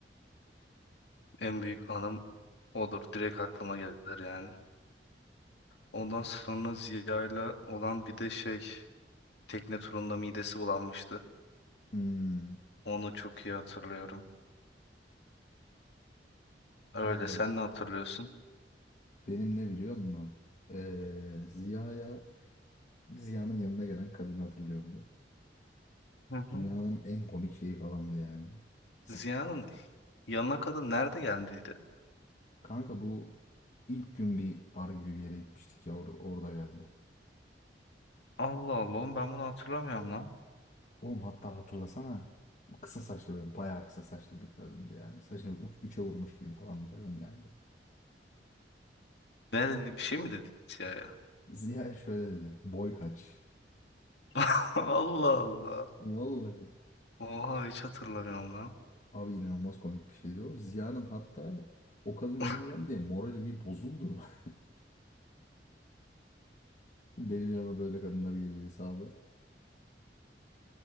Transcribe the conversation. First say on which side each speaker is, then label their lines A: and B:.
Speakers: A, on the left; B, on the left.
A: En büyük anım odur. Direkt aklıma gelir yani. Ondan sonra Ziya'yla olan bir de şey tekne turunda midesi bulanmıştı.
B: Hmm.
A: Onu çok iyi hatırlıyorum. Öyle
B: Abi bak
A: sen ne hatırlıyorsun?
B: Benim ne biliyor musun? Ee, Ziya'ya, Ziya'nın yanına gelen kadını hatırlıyorum diyor.
A: Hı
B: Dünyanın
A: hı.
B: en komik şeyi falandı yani. <laughs>
A: Ziya'nın yanına kadın nerede geldiydi?
B: Kanka bu ilk gün bir bar gibi bir yere gitmiştik ya or- orada geldi.
A: Allah Allah oğlum ben bunu hatırlamıyorum lan.
B: Oğlum hatta hatırlasana kısa saçlı böyle bayağı kısa saçlı bir kadındı yani. Saçını uç, üçe vurmuş gibi falan bir kadın geldi.
A: Ne dedi bir şey mi dedi Ziya'ya?
B: Ziya şöyle dedi. Boy kaç?
A: <laughs> Allah Allah.
B: Vallahi
A: Oha hiç hatırlamıyorum lan.
B: abi inanılmaz komik bir şeydi o. Ziya'nın hatta o kadının
A: <laughs>
B: yanına geldi diye morali bir bozuldu. <laughs> Benim yanıma böyle kadınlar geliyor hesabı.